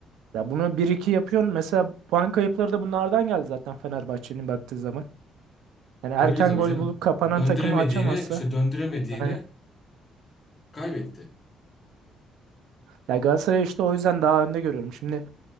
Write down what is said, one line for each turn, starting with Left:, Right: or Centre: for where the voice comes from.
Right: ya bunu bir iki yapıyorsun. Mesela puan kayıpları da bunlardan geldi zaten Fenerbahçe'nin baktığı zaman. Yani erken
Left: Öyle tabii
Right: gol
Left: canım.
Right: bulup kapanan
Left: Döndüremediğini
Right: takımı açamazsa.
Left: işte döndüremediğini
Right: Aynen.
Left: kaybetti.
Right: Ya Galatasaray işte o yüzden daha önde görüyorum. Şimdi